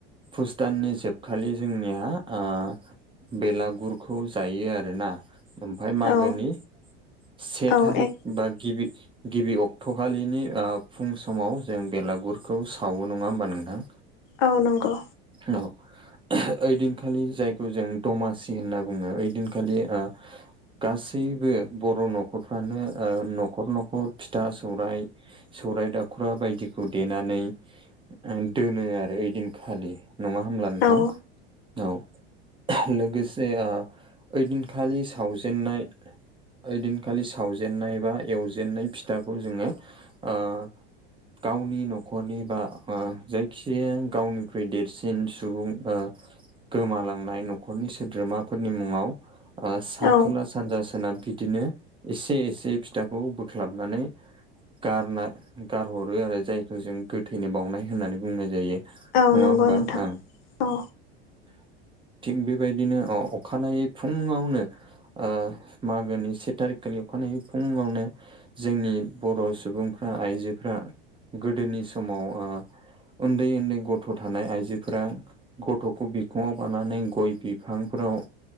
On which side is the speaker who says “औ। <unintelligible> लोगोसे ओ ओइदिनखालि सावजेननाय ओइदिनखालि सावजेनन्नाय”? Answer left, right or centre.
Right